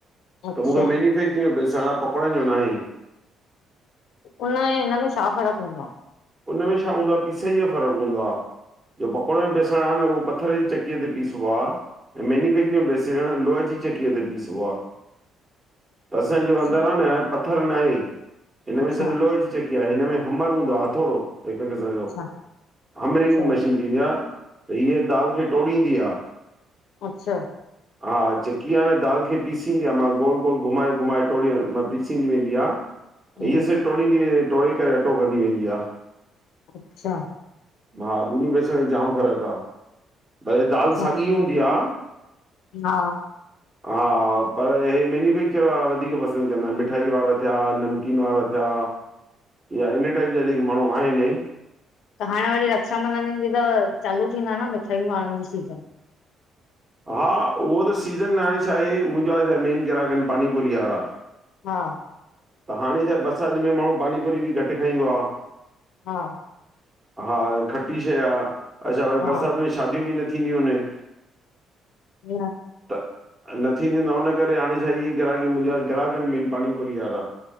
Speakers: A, on the left; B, on the right.
A: अच्छा
B: त मूंखे मेन्युफैक्चरिंग जो बेसण आ, पकोड़ण जो नाहें।
A: उन ऐं, हिनमें में छा फ़र्क़ हूंदो आ?
B: उनमें छा हूंदो आ, पीसाईय जो फ़र्क़ हूंदो आ। जो पकोड़न में बेसण आ, न उहो पथर जी चकीअ ते पीसबो आ। ऐं मैन्युफेक्चरिंग जो बेसण, लोह जी चकीअ ते पीसबो आ।
A: <inaudible>
B: त असांजो
A: आहे
B: अंदर आ न पथर नाहें, हिन
A: अच्छा
B: में सॼो लोह जी चकी आ हिन में हमर हूंदो आ, ह हथोड़ो, हिक क़िस्म जो,
A: अच्छा
B: हमरिंग
A: अच्छा
B: मशीन थींदी आ, त हीअ दाल खे टोड़ींदी आ।
A: अच्छा
B: हा चिक्की हाणे दाल खे पीसींदी आ मां गोल गोल घुमाए घुमाए टोड़ पीसींदी वेंदी आ
A: हम्म,
B: हींअ सब टोड़ींदी टोड़े करे अटो कंदी वेंदी आ।
A: अच्छा।
B: हा ॿि पैसनि में जाम फ़र्क़ु आ, भले दाल
A: अच्छा
B: साॻी हूंदी आ।
A: हा
B: हा पर हे मैन्युफैक्चर वारा वधीक पसंदि कंदा आहिन मिठाई वारा थिया नमकीन वारा थिया।
A: <inaudible>
B: या इन टाइप जा जेके माण्हूं आहिनि
A: त हाणे वरी रक्षाबंधन ईंदी त चालू थींदा न मिठायुनि वारनि जी सीज़न।
B: हा उहो त सीज़न हाणे छा आहे मुंहिंजो छा आहे मेन ग्राहक आहिनि पानीपुरी वारा।
A: हा।
B: त हाणे छा बरसात में माण्हू पानीपुरी बि घट खाईंदो आ।
A: हा।
B: हा खटी शइ आ, अच्छा व
A: हा
B: बरसात में शादियूं बि न थींदियूं आहिनि।
A: <inaudible>
B: त न थींदीयु इन, उन करे हाणे छा इहे ग्राहकी मुंहिंजा ग्राहक आहिनि मेन पानीपुरी वारा।